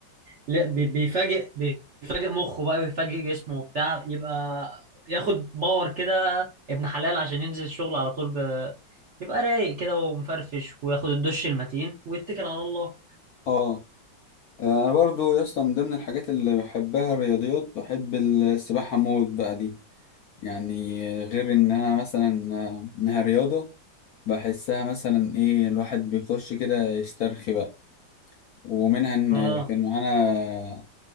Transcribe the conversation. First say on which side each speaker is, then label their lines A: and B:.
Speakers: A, on the right; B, on the left.
A: لا، بي- بيفاجئ بيفاجئ مخه بقى بيفاجئ جسمه وبتاع يبقى ياخد باور كده ابن حلال عشان ينزل الشغل على طول ب... يبقى رايق كده ومفرفش وياخد الدش المتين ويتكل على الله
B: اه آه، انا برضو يا اسطى من ضمن الحاجات اللي بحبها الرياضيات بحب السباحه موت بقى دي يعني آه، غير ان انا مثلا آه، انها رياضه بحسها مثلا ايه الواحد بيخش كده يسترخي بقى ومنها ان
A: اه
B: كان معانا